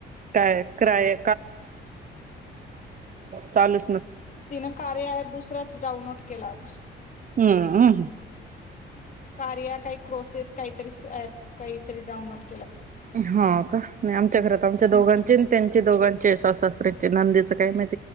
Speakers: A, on the right; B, on the left.
A: काय क्राय चालू.
B: तीन कार्य आहे दुसरा. डाऊनलोड केला होता.
A: हम्म हम ह.
B: कार्या काही क्रोसेस काहीतरी ॲप काहीतरी डाऊनलोड.
A: हा का नाही आमच्या घरात आमच्या दोघांचे
B: हा
A: त्यांचे दोघांचे सासु सासऱ्यांचे नंदेच काय माहीत.